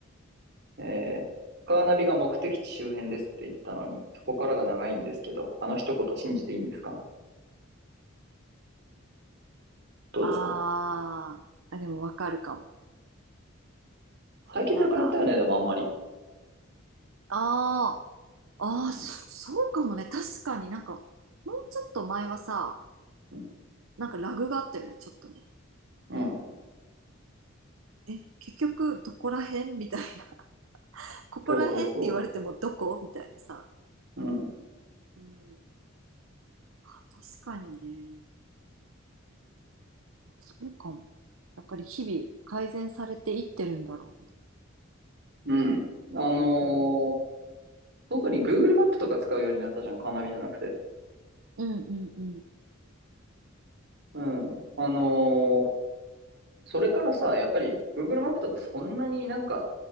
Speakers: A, on the right; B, on the right.
A: えー、カーナビが目的地周辺ですって言ったのに、そこからが長いんですけど、あの一言信じていいんですかどうですか
B: あー、あ、でもわかるかも。
A: 最近なくなったよね、
B: なんか、
A: でもあんまり。
B: ああ、ああ、
A: うん、
B: そそうかもね。確かになんか、もうちょっと前はさ、
A: うん、
B: なんかラグがあったよね、ちょっとね。
A: うん
B: え、結局どこら辺みたいな。<laughs> ここら辺って言われてもどこみたいなさ。
A: そうそうそう。うん、
B: うん。あ、確かにね。そうかも。やっぱり日々改善されていってるんだろうね。
A: うん。あのー
B: うん。
A: 特に Google マップとか使うようになったじゃん、カーナビじゃなくて。
B: うんうんうん。
A: うん。あのーそれからさ、やっぱり Google マップとかそんなになんか